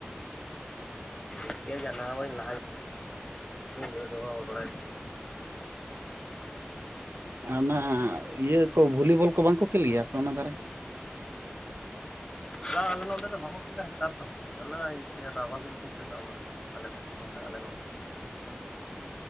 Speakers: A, on the left; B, on the right.
A: ᱴᱷᱤᱠ ᱜᱮᱭᱟ ᱡᱟᱱᱟᱣ ᱟᱢᱟᱹᱧ <unintelligible> ᱞᱟᱦᱟ ᱞᱟᱹᱭ ᱫᱚᱦᱚ ᱟᱢᱟ ᱵᱟᱲᱟᱭ
B: ᱚᱱᱟ ᱤᱭᱟᱹ ᱠᱚ ᱵᱷᱚᱞᱤᱵᱚᱞ ᱠᱚ ᱵᱟᱝ ᱠᱚ ᱠᱷᱮᱞ ᱜᱮᱭᱟ ᱟᱯᱮ ᱚᱱᱟ ᱫᱷᱟᱨᱮ
A: ᱵᱟᱝ ᱟᱞᱮ ᱱᱚᱸᱰᱮ ᱫᱚ ᱵᱟᱠᱚ ᱠᱷᱮᱞᱟ ᱱᱮᱛᱟᱨ ᱫᱚ ᱚᱱᱟ ᱨᱟᱵᱟᱝ ᱫᱤᱱ ᱠᱚ ᱠᱷᱮᱞᱟ ᱚᱱᱟ ᱫᱚ᱾ ᱟᱞᱮ ᱥᱮᱫ ᱱᱚᱰᱮ ᱟᱞᱮ ᱱᱚᱰᱮ ᱫᱚ